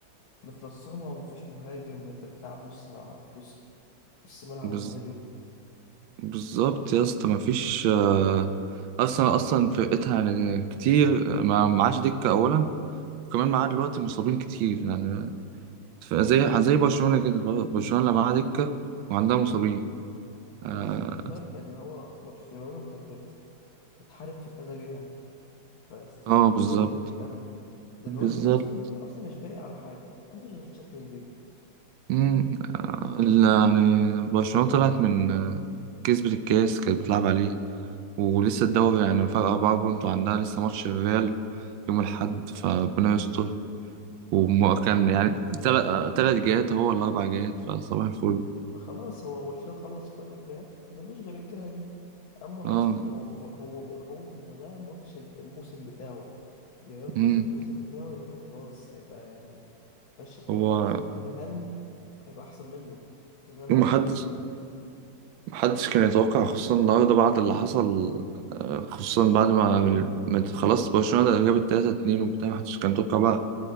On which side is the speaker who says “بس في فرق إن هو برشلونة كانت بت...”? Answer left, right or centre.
Left